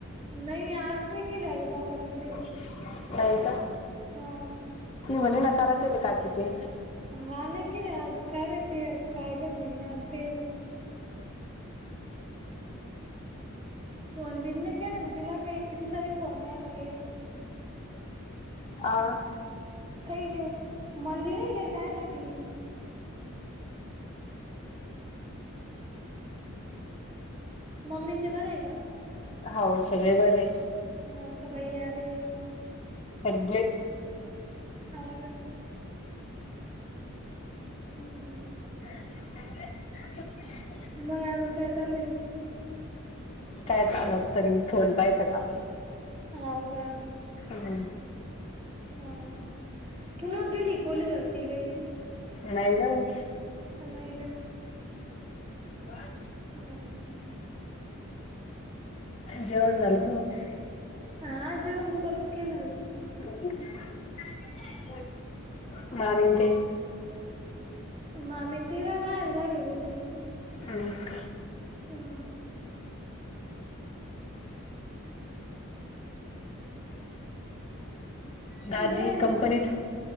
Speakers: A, on the right; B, on the left.
A: नाही आज नाही केेले अग पापड्यां आण ते.
B: नाही का
A: अ
B: ती म्हणेन करायचे होते काकीचे.
A: हा नाही केले अजुन काय माहिती काय केलं त्यांनी आज ते फोन बिन नाही केला मी तिला काही कि तिचा बि फोन नाही आला काही.
B: आ.
A: काही ग म्हणली नाही ग काही काय माहिती. मम्मी ते बरं आहे का?
B: हाऊ सगळे बरेये.
A: नवका बाई आले.
B: सगळे
A: हा का. हं. <inaudible>
B: <inaudible> <unintelligible>
A: नाही अजून काय चालुये?
B: काय चालसं तरी फोन पाहिजे का?
A: होव का?
B: हा.
A: हं, तू <unintelligible> दिली पोलीस भरती काही?
B: नाही जाऊ
A: नाही गं.
B: कायं?
A: हं.
B: जेवण झालं तुज?
A: हा जेवण दुपारीच केलं आ गं.
B: <unintelligible>
A: मामी न ते बाहेर जायले कुठं तरी.
B: हा.
A: <unintelligible>
B: दाजी
A: बरंय, मंग
B: कंपनीत
A: काय.